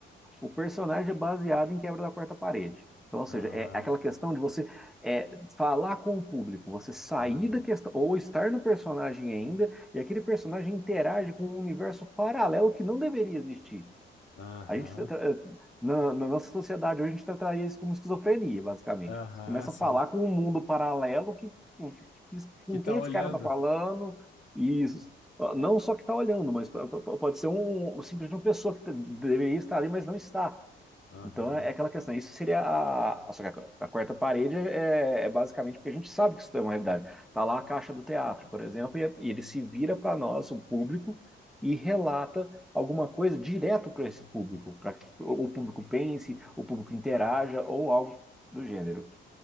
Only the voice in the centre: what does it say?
O personagem é baseado em quebra da quarta parede. Então, ou
seja, é aquela questão de você é, falar com o público, você sair
da questão, ou estar no personagem ainda, e aquele personagem interage com um universo paralelo que não deveria existir.
A gente, tá tra- na, na nossa sociedade hoje, a gente tá traindo isso como esquizofrenia, basicamente.
Você começa
a falar com um mundo paralelo que, pô, isso- com
quem esse
cara tá falando, e isso. Não só que tá olhando, mas p- p- pode ser um, simplesmente uma pessoa que te- deveria estar ali, mas não está.
Então é é aquela questão. Isso seria a. Só que a, a quarta parede é, é é basicamente porque a gente sabe que isso é uma realidade. Tá lá a caixa do teatro, por exemplo, e, e ele se vira para nós, o público, e relata alguma coisa direto para esse público, para que o o público pense, o público interaja ou algo do gênero.